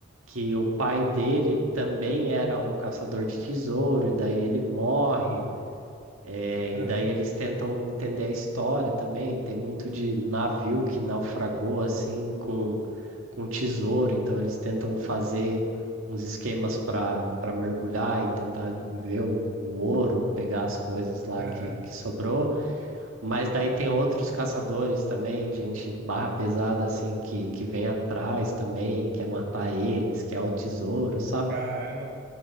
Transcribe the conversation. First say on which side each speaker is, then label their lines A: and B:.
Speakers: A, on the right; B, on the right.
A: que o pai dele também era um caçador de tesouro, e daí ele morre. eh,
B: aham,
A: e daí eles tentam entender a história também. Tem muito de navio que naufragou assim com com tesouro, então eles tentam fazer uns esquemas para para mergulhar e tentar ver o, o ouro, pegar as coisas lá
B: aham.
A: que, que sobrou. Mas daí tem outros caçadores também, gente barra pesada assim que, que vem atrás também, quer matar eles, quer o tesouro, sabe?
B: Caramba.